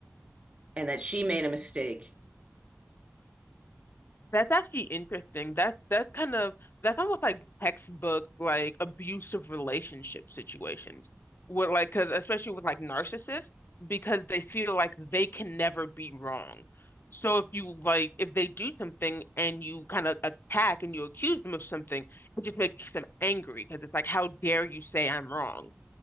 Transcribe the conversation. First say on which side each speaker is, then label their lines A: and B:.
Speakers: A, on the right (about 25°); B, on the left (about 50°).
A: and that she made a mistake.
B: That's actually interesting. That's that's kind of that's almost like textbook like abusive relationship situations. With like, cause especially with like narcissists, because they feel like they can never be wrong. So if you like, if they do something and you kind of attack and you accuse them of something, it just makes them angry because it's like, how dare you say I'm wrong?